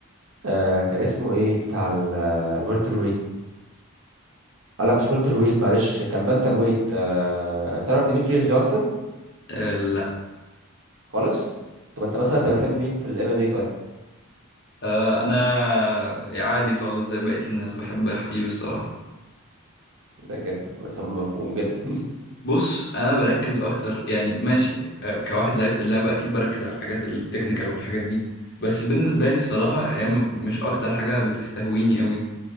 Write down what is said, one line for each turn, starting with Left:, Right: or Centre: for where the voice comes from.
Right: آه كان اسمه ايه بتاع الورتر آه، لا مش ولتر ويت معلش كان بانتم ويت آه... تعرف ديمتريوس جونسون
Left: آه، لا
Right: خالص طب انت مثلا انت بتحب مين في الام ام اي طيب
Left: آه أنا عادي خالص زي بقية الناس بحب حبيبي الصراحة
Right: ده جد سبب مفهوم جدا <laughs>
Left: بص انا بركز اكتر يعني ماشي آه، كواحد لعبت اللعبه اكيد بركز على الحاجات التكنيكال والحاجات دي بس بالنسبه لي الصراحه هي م- مش اكتر حاجه بتستهويني قوي